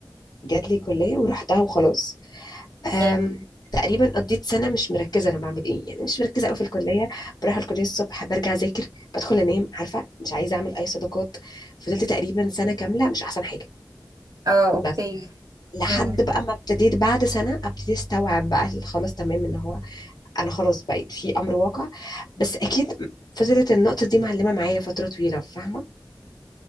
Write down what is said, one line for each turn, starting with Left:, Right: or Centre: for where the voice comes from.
Left: جات لي كليه ورحتها وخلاص أم
Right: تمام.
Left: تقريبا قضيت سنه مش مركزه انا بعمل ايه يعني مش مركزه قوي في الكليه بروح الكليه الصبح برجع اذاكر بدخل انام عارفه مش عايزه اعمل اي صداقات فضلت تقريبا سنه كامله مش احسن حاجه
Right: اه اوكي
Left: بس لحد
Right: امم
Left: بقى ما ابتديت بعد سنه ابتدي استوعب بقى ال- خلاص تمام ان هو انا خلاص بقيت في امر واقع بس اكيد فضلت النقطة دي معلمة معايا فترة طويلة فاهمة